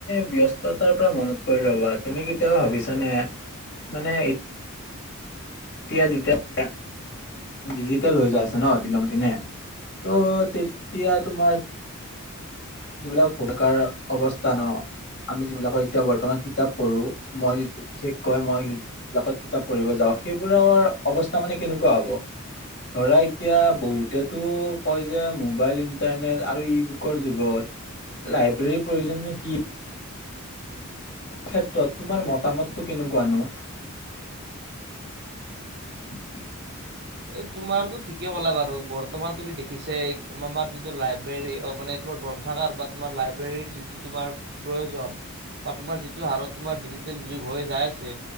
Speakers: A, on the left; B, on the right.
A: ব্যস্ততাৰ পৰা মনত পৰি ৰ'বা তুমি কেতিয়াবা ভাবিছানে মানে, এতিয়া, যেতিয়া ডিজিটেল হৈ যাই আছে ন দিনক দিনে ত' তেতিয়া তোমাৰ যিবিলাক ভকাৰ অৱস্থা ন আমি যিবিলাকত এতিয়া বৰ্তমান কিতাপ পঢ়ো। মই বিশেষকৈ মই যিবিলাকত কিতাপ পঢ়িব যাওঁ, সেইবোৰৰ অৱস্থা মানে কেনেকুৱা হব? ধৰা এতিয়া বহুতেতো কয় যে মোবাইল ইন্টাৰনেট আৰু ই-বুকৰ যুগত লাইব্ৰেৰীৰ প্ৰয়োজন কি? ক্ষেত্ৰত তোমাৰ মতামতটো কেনেকুৱানো? <inaudible>
B: এ তোমাৰ তো ঠিকে কলা বাৰু। বৰ্তমান তুমি দেখিছাই আমাৰ যিটো লাইব্ৰেৰী মানে, তোমাৰ গ্ৰন্থাৰ বা তোমাৰ লাইব্ৰেৰীৰ যিটো তোমাৰ প্ৰয়োজন বা তোমাৰ যিটো হাৰত তোমাৰ ডিজিটেল যুগ হৈ যাই আছে